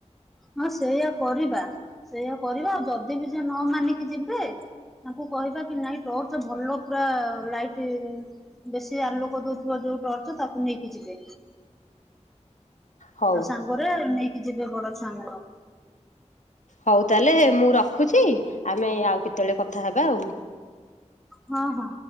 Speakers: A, in the centre; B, on the left (about 85°).
A: ହଁ ସେଇୟଆ କରିବା ସେଇୟଆ କରିବା ଆଉ ଯଦି ବି ସିଏ ନ ମାନିକି ଯିବେ ତାଙ୍କୁ କହିବା କି ନାଇଁ ଟର୍ଚ୍ଚ ଭଲ ପୁରା ଲାଇଟ ବେଶୀ ଆଲୋକ ଦଉଥିବା ଯୋଉ ଟର୍ଚ ତାକୁ ନେଇକି ଯିବେ
B: ହଉ
A: ଆଉ ସାଙ୍ଗରେ ନେଇକି ଯିବେ ବଡ ଛୁଆ ମାନଙ୍କୁ
B: ହଉ ତାହେଲେ ମୁଁ ରଖୁଛି ଆମେ ଆଉ କେତେବେଳେ କଥା ହେବା ଆଉ
A: ହଁ ହଁ